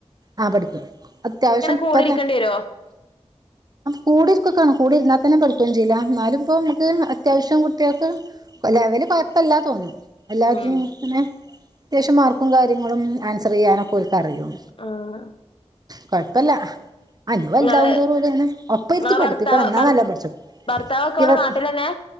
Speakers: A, on the right (about 35°); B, on the left (about 50°).
A: ആഹ് പഠിക്കും അത്യാവശ്യംപ്പക്കേ
B: കൂടെ ഇരിക്കേണ്ടി വരുവോ
A: കൂടി ഇരിക്കക്കാണം കൂടേ ഇര്ന്നാ തന്നേ പഠിക്കോന്നും ചെയ്യൂലാ ന്നാലുംപ്പൊ മ്മ ക്ക് അത്യാവശ്യം കുട്ട്യാക്ക് ലെവല് കൊയപ്പല്ലാ തോന്നും. എല്ലാത്തിനും
B: ഉം
A: ഇങ്ങനെ അത്യാവശ്യം മാർക്കും കാര്യങ്ങളും ആൻസറിയ്യാനൊക്ക ഓൽ കറിയും,
B: ആഹ്
A: കൊഴ്പ്പല്ല ആ ഞി വൽതാവും
B: ഇങ്ങള്
A: തോറും ഓല്ങ്ങനെ ഒപ്പര്ത്തി
B: ഇങ്ങളെ
A: പഠിപ്പിക്കണം
B: ഭർത്താവ്
A: ന്നാ
B: ഭർ
A: ന്നല്ലംപഠ്ച്ചും
B: ഭർത്താവൊക്കെ ഇവിടെ
A: ഇവട്
B: നാട്ടിൽ തന്നെ